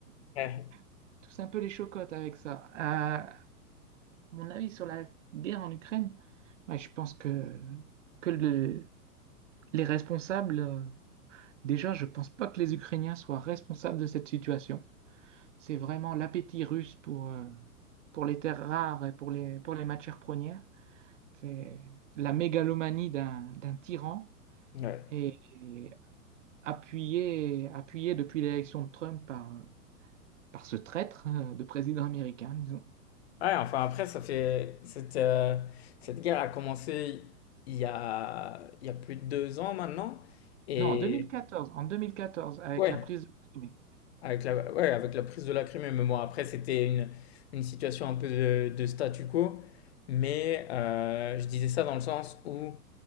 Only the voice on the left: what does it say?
Ouais.
Ouais.
Ouais, enfin après, ça fait... Cette, euh, cette guerre a commencé il y a, il y a plus de deux ans maintenant. Et...
Ouais.
Avec la ouais, avec la prise de la Crimée, mais bon, après, c'était une une situation un peu de de statu quo, mais heu, je disais ça dans le sens où